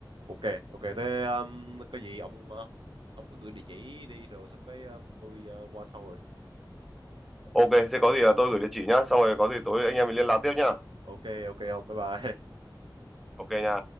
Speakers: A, on the right; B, in the centre.
A: ok ok thế um, có gì ông ờ, ông cứ gửi địa chỉ đi rồi xong cái um, tôi ờ, qua sau rồi
B: ok thế có gì là tôi gửi địa chỉ nhá xong rồi có gì tối anh em mình liên lạc tiếp nhá
A: ok ok ông bye bye <laughs>
B: ok nha